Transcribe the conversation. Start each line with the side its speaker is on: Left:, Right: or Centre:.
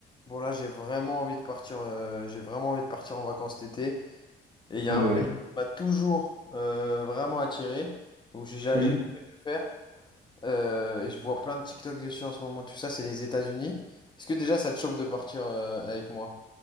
Left: Bon là j'ai vraiment envie de partir euh, j'ai vraiment envie de partir en vacances cet été et il y
Right: Ah
Left: a un
Right: bah
Left: pays
Right: ouais.
Left: qui m'a toujours euh, vraiment attiré où j'ai ja-
Right: Hmm.
Left: j'ai jamais pu faire euh, et je vois plein de TikTok dessus en ce moment tout ça c'est les États-Unis. Est-ce que déjà ça te chauffe de partir euh, avec moi?